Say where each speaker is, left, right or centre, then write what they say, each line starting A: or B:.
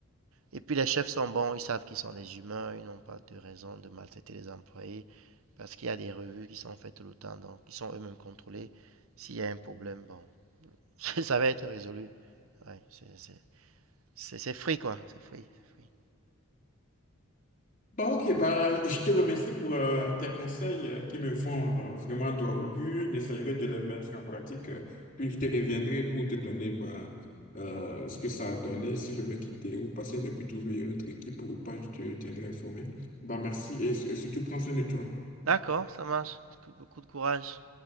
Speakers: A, on the right; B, on the left.
A: Et puis les chefs sont bons, ils savent qu'ils sont des humains, ils n'ont pas de raison de maltraiter les employés. Parce qu'il y a des revues qui sont faites tout le temps, donc qui sont eux-mêmes contrôlés. S'il y a un problème, bon, <laughs> ça va être résolu. Ouais, c'est, c'est, c'est, c'est free, quoi. C'est free, free.
B: Bah ok, bah je te remercie pour euh, tes conseils euh, qui me font euh, vraiment droit au but. J'essaierai de les mettre en pratique, euh, puis je te reviendrai pour te donner bah, euh, ce que ça a donné, si je veux quitter ou pas, si j'ai pu trouver une autre équipe ou pas, je te tiendrai informé. Bah merci et et surtout prends soin de toi.
A: D'accord, ça marche. Beaucoup de courage.